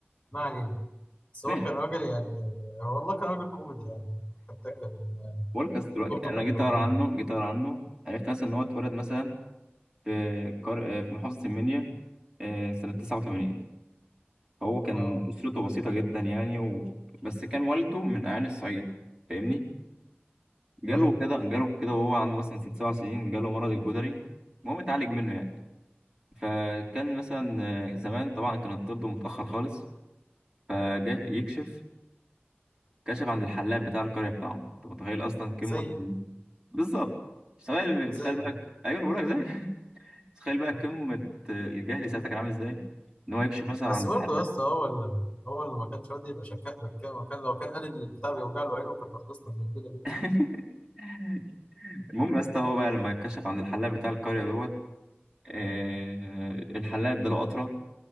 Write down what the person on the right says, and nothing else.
ماشي
بقول لك أصل دلوقتي
انا
جيت
اقرا عنه جيت اقرا عنه عرفت مثلا ان هو اتولد مثلا في كار... في محافظه المنيا آه، سنه 89 فهو كان
اسرته بسيطه جدا يعني و... بس كان والده من اعيان الصعيد فاهمني جاله
كده جاله كده وهو عنده مثلا ست سبع سنين جاله مرض الجدري المهم اتعالج منه يعني فكان مثلا آه، زمان طبعا كان الطب متاخر خالص فجه يكشف كشف عند الحلاق بتاع القرية بتاعهم انت متخيل اصلا
قمة بالظبط مش متخيل متخيل
بقى
ايوه انا بقول لك زي <laughs> متخيل بقى
قمة الجهل ساعتها كان عامل ازاي ان هو يكشف مثلا
عند
الحلاق
<laughs> المهم يا اسطى هو بقى لما كشف عند الحلاق بتاع القرية دوت آه الحلاق اداله قطرة